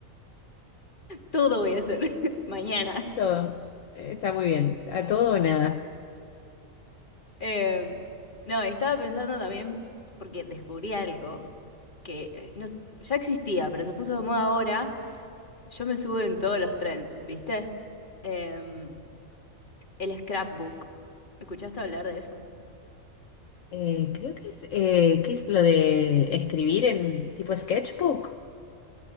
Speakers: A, on the left (about 35°); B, on the left (about 70°).
A: todo voy a hacer <laughs> mañana.
B: todo. Está muy bien. A todo o nada.
A: Eh, no, estaba pensando también, porque descubrí algo que eh, no s- ya existía, pero se puso de moda ahora. Yo me subo en todos los trends, ¿viste? Eh, el scrapbook. ¿Escuchaste hablar de eso?
B: Eh, creo que es, eh, ¿qué es lo de escribir en tipo sketchbook